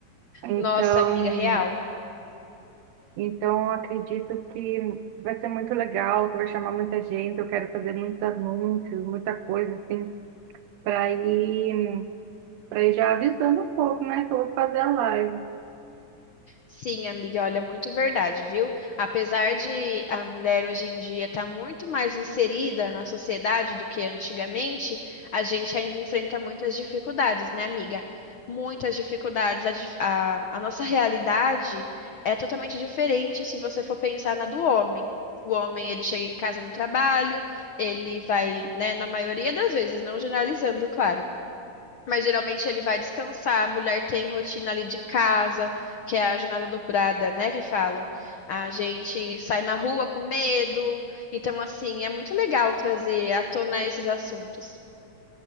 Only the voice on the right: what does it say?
Então,
então eu acredito que vai ser muito legal, que vai chamar muita gente, eu quero fazer muitos anúncios, muita coisa assim, para ir para ir já avisando um pouco, né, que eu vou fazer a live.